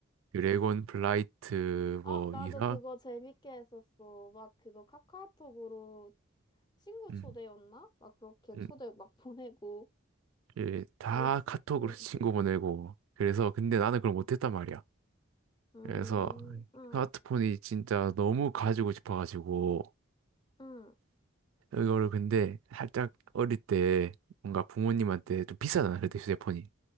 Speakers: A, on the right; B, on the left.
A: 드래곤 플라이트
B: 아,
A: 뭐
B: 나도
A: 이상
B: 그거 재밌게 했었어. 막 그거 카카오톡으로 친구
A: 음,
B: 초대였나? 막 그렇게
A: 음,
B: 초대 막 <laughs> 보내고.
A: 예, 다
B: 예스.
A: 카톡으로
B: 응.
A: <laughs> 친구 보내고 그래서 근데 나는 그걸 못했단 말이야.
B: 음,
A: 그래서
B: 응,
A: 스마트폰이 진짜 너무 가지고 싶어가지고
B: 응.
A: 이거를 근데 살짝 어릴 때 뭔가 부모님한테 좀 비싸잖아, 그때 휴대폰이.